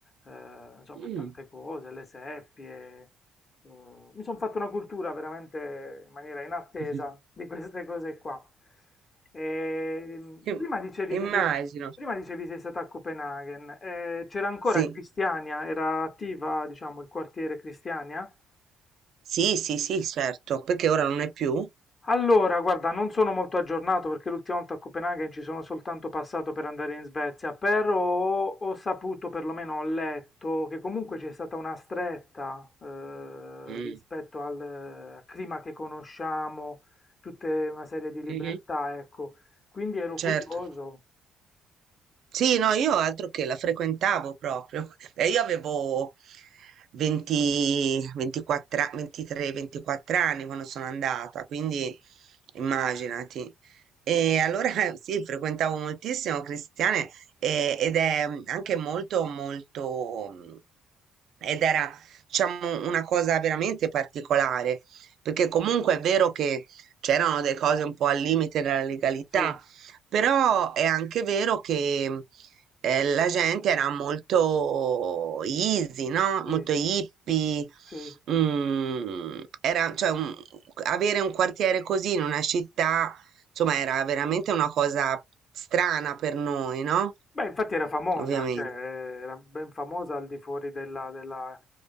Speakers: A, on the left; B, on the right.
A: eh, insomma
B: Mm.
A: tante cose, le seppie, eh, mi sono fatto una cultura veramente in maniera inattesa
B: <laughs>
A: di queste cose qua. Ehm,
B: Im-
A: prima dicevi
B: Immagino.
A: che sei, prima dicevi sei stata a Copenaghen, eh, c'era ancora
B: Sì,
A: Cristiania, era attiva, diciamo, il quartiere Cristiania?
B: sì, sì, sì, certo, perché ora non è più.
A: Allora, guarda, non sono molto aggiornato perché l'ultima volta a Copenaghen ci sono soltanto passato per andare in Svezia, però ho saputo, perlomeno ho letto, che comunque c'è stata una stretta eh,
B: Mm.
A: rispetto al eh, clima che conosciamo, tutta una serie di
B: Mhm,
A: libertà, ecco. Quindi ero curioso.
B: Certo. Sì, no, io altro che la frequentavo proprio. <laughs> Eh, io avevo 20, 24, a- 23, 24 anni quando sono andata, quindi immaginati. E
A: Bello.
B: allora <laughs> sì, frequentavo moltissimo Cristiane eh, ed è mm, anche molto, molto, mm, ed era, diciamo, una cosa veramente particolare, perché comunque è vero che c'erano delle cose un po' al limite della legalità
A: Sì,
B: Però è anche vero che eh, la gente era molto easy, no?
A: sì,
B: Molto hippie.
A: sì.
B: mm, era, cioè, un- avere un quartiere così in una città, insomma, era veramente una cosa strana per noi, no?
A: Beh, infatti era famosa,
B: Ovviamente.
A: cioè era ben famosa al di fuori della, della,